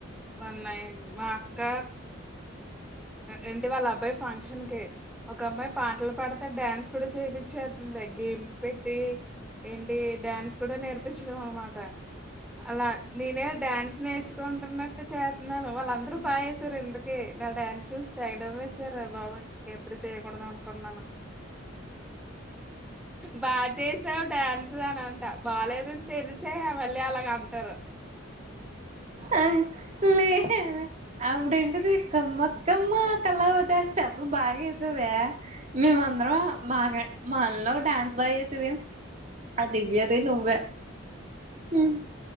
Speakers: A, in the centre; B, on the right.
A: మొన్న మా అక్క ఏంటి వాళ్ళ అబ్బాయి ఫంక్షన్ కి ఒక అమ్మాయి పాటలు పాడితే డాన్స్ కూడా చేపిచ్చే ఉందా గేమ్స్ పెట్టి ఏంటి డ్యాన్స్ కూడా నేర్పించడం అనమాట అలా నేనే డాన్స్ నేర్చుకుంటున్నట్టు చేతున్నాను వాళ్ళు అందరూ బా చేశారు ఇంతకీ నా డ్యాన్స్ చూస్తే ఐడం ఏసర్ రా బాబోయి ఎప్పుడు చేయకూడదు అనుకున్నాను బా చేసావు డ్యాన్స్ అని అంట బాలేదని తెలిసే అవని మళ్ళీ అలాగ అంటారు
B: అ లేదే అప్పుడేంటిది కమ్మకమ్మ కల్లావతి ఆ స్టెప్ బాగా వేసావే మేమందరం మా మనలో డ్యాన్స్ బాగా చేసేది అ దివ్యది నువ్వే మ్మ్